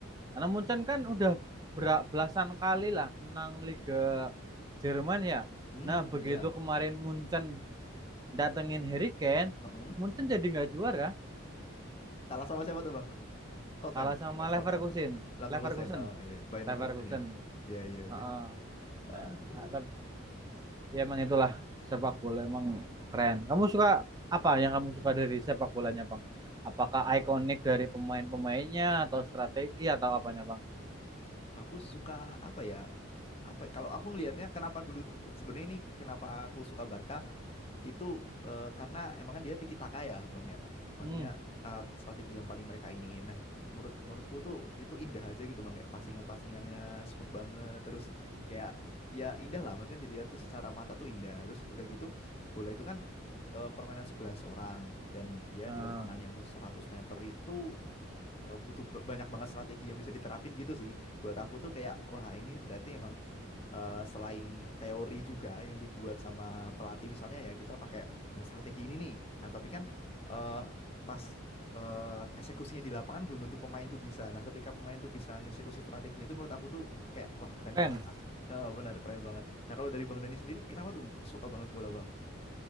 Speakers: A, on the right; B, on the left.
A: karena Munchen kan udah ber- belasan kali lah menang Liga Jerman ya.
B: Hmm,
A: Nah, begitu
B: iya.
A: kemarin Munchen datengin Harry Kane,
B: Heeh.
A: Munchen jadi nggak juara,
B: Kalah sama siapa tuh, Bang? Toten,
A: kalah sama
B: eh, Tot-
A: Leverkusen,
B: Tot apa? Leverkusen,
A: Leverkusen,
B: oh iya, iya. Bayern
A: Leverkusen.
B: Leverkusen ya. Iya, iya, iya.
A: Heeh. Nah,
B: Aduh.
A: ah, tapi ya emang itulah sepak bola emang keren. Kamu suka apa yang kamu suka dari sepak bolanya, Bang? Apakah ikonik dari pemain-pemainnya atau strategi atau apanya, Bang?
B: Nah, Aku suka apa ya? Apa ya, kalau aku ngelihatnya kenapa dulu tuh- sebenarnya ini kenapa aku suka Barca itu eh, karena emang kan dia tiki taka ya, Bang ya. Maksudnya
A: Hmm,
B: eh, strategi yang paling mereka ini. Nah, menurut menurutku tuh itu indah aja gitu, Bang. Kayak pasingan-pasingannya smooth banget terus kayak ya indah lah maksudnya dilihat tuh secara mata tuh indah. Terus udah gitu bola itu kan eh, permainan 11 orang dan ya
A: nah,
B: di lapangan yang 100 meter itu eh, butuh ba- banyak banget strategi yang bisa diterapin gitu sih buat aku tuh kayak wah ini berarti emang eh, selain teori juga yang dibuat sama pelatih misalnya ya kita pakai strategi ini nih. Nah, tapi kan eh, pas eh, eksekusinya di lapangan belum tentu pemain tuh bisa. Nah, ketika pemain tuh bisa ngeksekusi strateginya itu menurut aku tuh kayak wah keren
A: keren.
B: banget. Ah. Heeh, benar keren banget. Nah, kalau dari Bang Dani sendiri kenapa tuh suka banget bola, Bang?